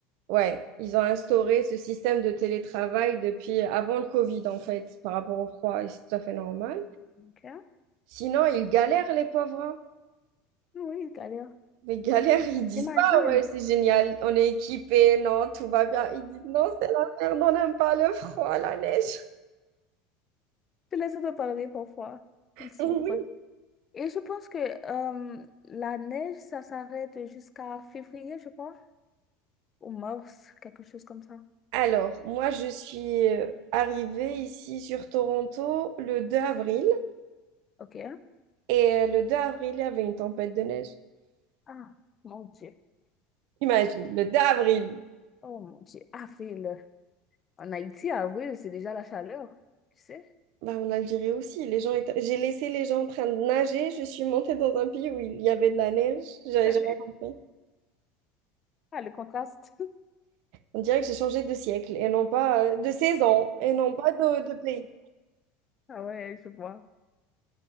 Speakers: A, on the right; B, on the left.
A: Ouais, ils ont instauré ce système de télétravail depuis avant le Covid, en fait, par rapport au froid, et c'est tout à fait normal.
B: Ok. Ah
A: Sinon, ils galèrent, les pauvres. hein.
B: Oui, il galère.
A: Mais galèrent, ils disent
B: J'imagine.
A: pas, ouais, c'est génial, on est équipés, non, tout va bien. Ils disent, non, c'est la merde, on n'aime pas le froid, la neige.
B: Tu les entends parler parfois.
A: <laughs>
B: Ils souffrent.
A: Oui.
B: Et je pense que euh, la neige, ça s'arrête jusqu'à février, je crois, ou mars, quelque chose comme ça.
A: Alors, moi, je suis euh, arrivée ici sur Toronto le 2 avril.
B: Ok.
A: Et euh, le 2 avril, il y avait une tempête de neige.
B: Ah, mon Dieu.
A: Imagine, le 2 avril.
B: Oh, mon Dieu. Avril. En Haïti, avril, c'est déjà la chaleur. Tu sais?
A: Bah, en Algérie aussi, les gens étaient... J'ai laissé les gens en train de nager, je suis montée dans un pays où il y avait de la neige, j'avais
B: Allez.
A: jamais compris.
B: Ah, le contraste. <laughs>
A: On dirait que j'ai changé de siècle et non pas euh, de saison et non pas de, de pays.
B: Ah ouais, je vois.